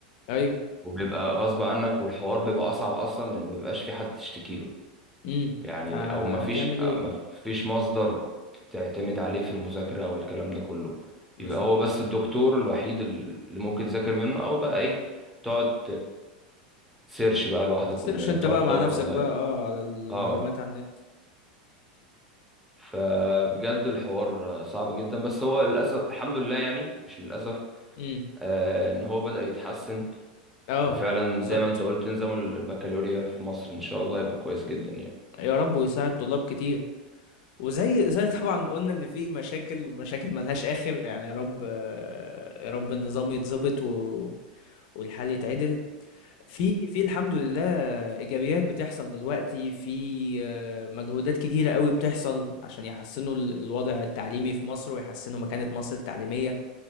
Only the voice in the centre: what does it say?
وبيبقى غصب عنك والحوار بيبقى أصعب أصلا لأن مبيبقاش في حد تشتكيله
يعني
او ما فيش
ما فيش مصدر تعتمد عليه في المذاكره او الكلام ده كله
يبقى هو بس الدكتور الوحيد اللي ممكن تذاكر منه او بقى ايه تقعد سيرش بقى لوحدك
اونلاين
تقعد
تدور
اونلاين
اه
فبجد الحوار آه، صعب جدا بس هو للاسف الحمد لله يعني مش للاسف
آه ان هو بدأ يتحسن
وفعلا
زي ما انت قلت نظام البكالوريا في مصر ان شاء الله يبقى كويس جدا يعني